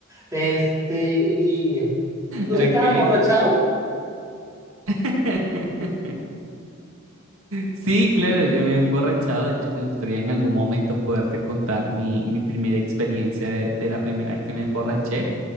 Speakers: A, on the right (about 15°); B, on the right (about 75°).
A: Este, y tú
B: Ok.
A: si estás emborrachado,
B: <laughs> Sí, claro, yo me he emborrachado. De hecho, me gustaría en algún momento poderte contar mi, mi primera experiencia de, de la primera vez que me emborraché.